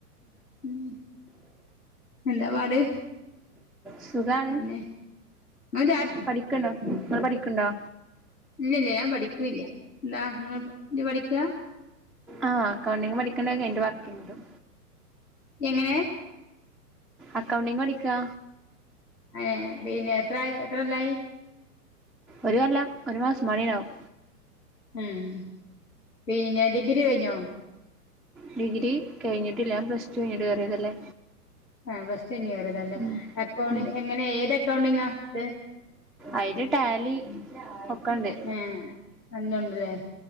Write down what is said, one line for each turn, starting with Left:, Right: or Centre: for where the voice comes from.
Left: ഉം <inaudible> എന്താ പാട്?
Centre: സുഖാണ്.
Left: പിന്നെ ഇങ്ങള്
Centre: പഠിക്ക്ണ്ടോ? ങ്ങള് പഠിക്ക്ണ്ടോ?
Left: ഇല്ല്യ ല്യ ഞാൻ പഠിക്ക് ണില്യ. എന്താ ഇങ്ങ ജ് പഠിക്കാ?
Centre: ആഹ് അക്കൗണ്ടിങ് പഠിക്ക്ണ് അഅ് കയ്ഞ്ഞിട്ട് വർക്കിൻ്റും
Left: എങ്ങനേ?
Centre: അക്കൗണ്ടിങ് പഠിക്കാ...
Left: അ ഏ പിന്നെ എത്രായി എത്രൊല്ലായി
Centre: ഒരു കൊല്ലം. ഒരു മാസുംബാടിണ്ടാവും
Left: ഉം.. പിന്നെ ഡിഗ്രി കഴിഞ്ഞോ?
Centre: ഡിഗ്രി കെയ്ഞ്ഞിട്ടില്ല ഞാൻ പ്ലസ് ടു കയ്ഞിട്ട് കേറിയതല്ലേ
Left: ഏ.. പ്ലസ് ടു കയ്ഞിട്ട് കേറിതല്ലേ.
Centre: ഉം
Left: അക്കൗണ്ടി
Centre: ഉം
Left: എങ്ങനെ ഏത് അക്കൗണ്ടിങ്ങാട്ത്തഅ്
Centre: അയ്ല് ടാലി ഒക്ക് ഉം..
Left: ഏ നല്ലോണ്ടല്ലേ